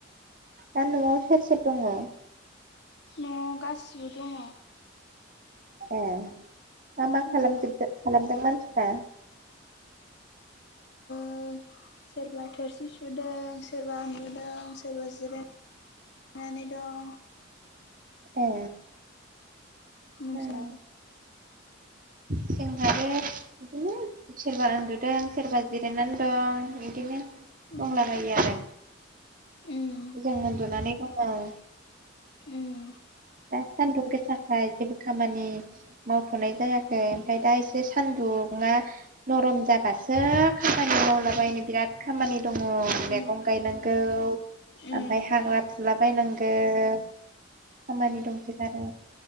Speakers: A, on the right; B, on the left.
A: दा न'आव सोर सोर द'ङ?
B: न'आव गासिबो दङ।
A: ए दा मा
B: उम
A: खालामजोब खालामदों मानसिफ्रा? <inaudible>
B: ओ सोरबा थोरसि सुदों सोरबा उन्दुदों सोरबा जिरायदों थानानै दं।
A: ए
B: नोंस्रालाय?
A: ओं जोंहाबो बिदिनो सोरबा उन्दुदों सोरबा जिरायनानै दं बिदिनो।
B: उम
A: दंलाबायो आरो
B: उम
A: जों उन्दुनानै दङ।
B: उम
A: दा सान्दुं गोसाख जेबो खामानि मावथ'नाय जाया खै ओमफ्राय दा एसे सानदुंङा नरम जाबासो खामानि मावलाबायनो बिराद खामानि दङ मैगं
B: उम
A: गायनांगौ ओमफफ्राय
B: उम
A: हाग्रा फुला बायनां गौ खामानि दंसो गारो।